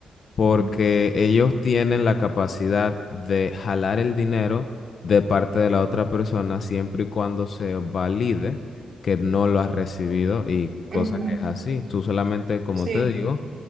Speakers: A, on the left (about 50°); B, on the right (about 50°).
A: porque
B: Ujú,
A: ellos tienen la capacidad de jalar el dinero de parte de la otra persona siempre y cuando se valide que no lo has recibido y cosa
B: ujú.
A: que es así. Tú solamente, como
B: Sí,
A: te digo,